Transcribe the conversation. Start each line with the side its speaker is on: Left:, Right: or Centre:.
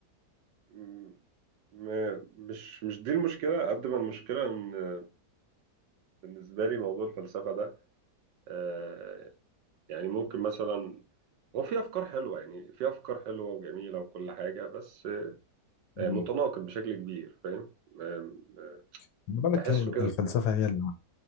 Right: م- م- مش مش دي المشكلة قد ما المشكلة إن بالنسبة لي موضوع الفلسفة ده آه، يعني ممكن مثلا هو في أفكار حلوة يعني في أفكار حلوة وجميلة وكل حاجة بس
Left: مم.
Right: آه، متناقض بشكل كبير فاهم آه، آه،
Left: خلي بالك
Right: بحسه
Left: هي
Right: كده
Left: الفلسفة هي اللي